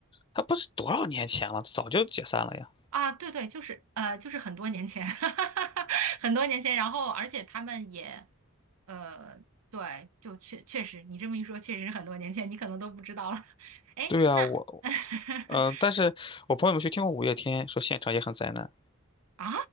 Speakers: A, on the left; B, on the right.
A: 他不是多少年前了，早就解散了呀。
B: 啊，对对，就是呃，就是很多年前，<laughs> 很多年前，然后而且他们也，呃，对，就确确实，你这么一说，确实很多年前，你可能都不知道了，<laughs> 哎，
A: 对啊，
B: 那
A: 我，
B: <laughs>。
A: 嗯、但是我朋友们去听过五月天，说现场也很灾难。
B: 啊，